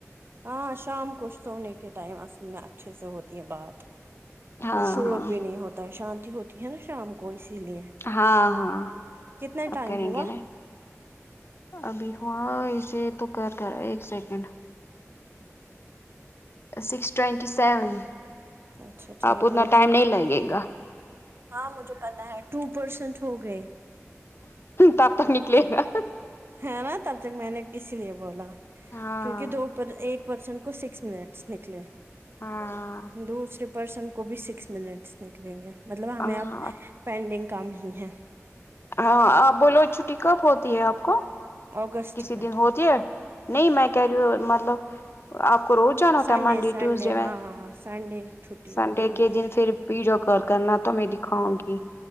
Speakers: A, on the right; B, on the left.
A: ہاں شام کو سونے کے ٹائم اصل میں اچھے سے ہوتی یہ بات
B: ہاں
A: اور شور
B: ہاں
A: بھی نہیں ہوتا ہے شانتی ہوتی ہے نا شام کو اسی لیے
B: ہاں ہاں
A: کتنا
B: اب
A: ٹائم
B: کریں
A: ہوا
B: گے ناں ابھی ہاں اسے تو کر کرا ایک سیکنڈ سکس ٹوینٹی سیون
A: اچھا ٹھیک
B: اب اتنا
A: رکو
B: ٹائم نہیں لگے گا
A: ہاں مجھے پتا ہے ٹو پرسینٹ ہو گئے
B: تب تک نکلے گا
A: ہے ناں تب تک میں نے اسی لیے بولا
B: ہاں
A: کیونکہ دوپر ایک پرسنٹ کو سکس منٹس نکلے
B: ہاں
A: دوسرے پرسنٹ کو بھی سکس منٹس نکلیں گے مطلب ہمیں
B: ہاں
A: اب پینڈنگ کم ہی ہے
B: ہاں آپ بولو چھٹی کب ہوتی ہے آپ کو
A: اگست
B: کسی
A: میں
B: دن ہوتی ہے نہیں میں کر رہی ہوں مطلب آپ کو روز جانا ہوتا
A: سنڈے
B: ہے منڈے
A: سنڈے
B: ٹیوزڈے وین
A: ہاں سنڈے چھٹی
B: سنڈے
A: ہوتی ہے
B: کے دن پھر ویڈیو کال کرنا تو میں دکھاؤں گی